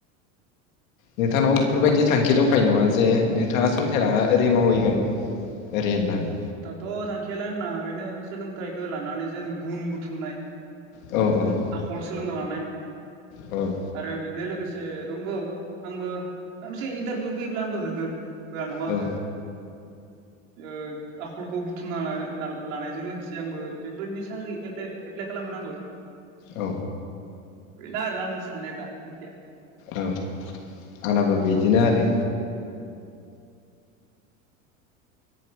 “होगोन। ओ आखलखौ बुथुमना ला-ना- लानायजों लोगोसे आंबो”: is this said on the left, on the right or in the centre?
Right